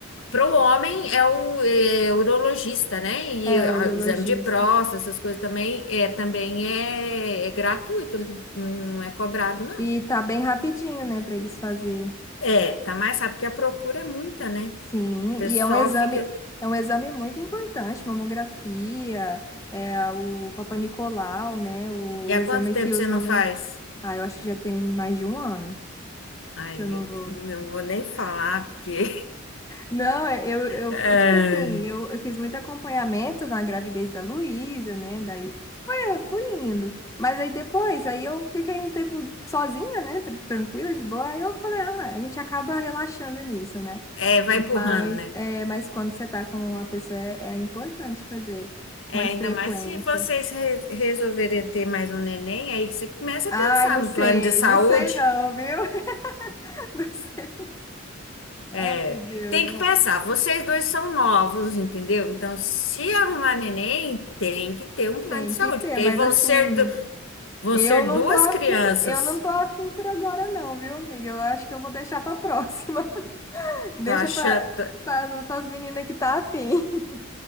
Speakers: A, on the left; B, on the left.
A: Para o homem é o é, urologista, né? E
B: É,
A: a-
B: urologista.
A: o exame de próstata, essas coisas também é, também é, é gratuito, não é cobrado, não.
B: E tá bem rapidinho, né, pra eles fazer.
A: É, tá mais, sabe, porque a procura é muita, né? O
B: Sim,
A: pessoal
B: e é um exame,
A: fica.
B: é um exame muito importante, mamografia, é o Papanicolau, né? O
A: E há
B: exame
A: quanto tempo
B: que os
A: você não
B: homens.
A: faz?
B: Ah, eu acho que já tem mais de um ano
A: Ai,
B: que eu não
A: eu
B: vou.
A: também não vou nem falar, porque.
B: Não, é- eu, eu,
A: <laughs> Ai.
B: é tipo assim, eu, eu fiz muito acompanhamento na gravidez da Luísa, né? Daí foi, é, fui indo. Mas aí depois, aí eu fiquei um tempo sozinha, né? tran- Tranquila, de boa. Aí eu falei, ah, a gente acaba relaxando nisso, né?
A: É, vai empurrando,
B: Mas,
A: né?
B: é, mas quando você tá com uma pessoa, é, é importante fazer com
A: É,
B: mais
A: ainda
B: frequência.
A: mais se vocês re- resolverem ter mais um neném, aí você começa
B: Ai,
A: a pensar
B: não
A: no
B: sei,
A: plano de saúde.
B: não sei não, viu? <laughs> Não sei.
A: É,
B: Ai, Deus,
A: tem
B: não-
A: que pensar, vocês dois são novos, entendeu? Então, se arrumar neném, tem que ter um plano
B: tem
A: de saúde,
B: que ter,
A: porque
B: mas
A: aí vão
B: assim.
A: ser, du- vão
B: Eu
A: ser
B: não
A: duas
B: tô afim,
A: crianças.
B: eu não tô afim por agora não, viu, amiga? Eu acho que eu vou deixar pra próxima. <laughs> Deixa
A: Tô achando,
B: pra, pra, pras meninas que tá afim. <laughs>